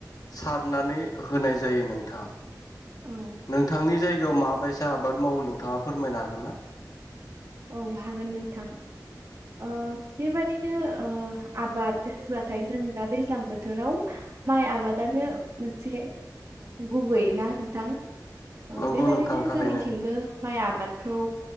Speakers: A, on the left; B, on the right.
A: सारनानै होनाय जायो नोंथां।
B: औ
A: नोंथांनि जायगा याव माबायसा आबाद मावो नोंथाङा फोरमायनो हागोन ना?
B: औ हागोन नोंथां ओ बेबादिनो ओ आबाद होनबाथाय जों दा दैज ज्लां बोथोराव माइ आबादानो मोनसे गुबै ना नोंथां? अ
A: नंगौ
B: बेबायाददिनो
A: नोंथां थारैनो
B: जोंनिथिंबो माइ आबादखौ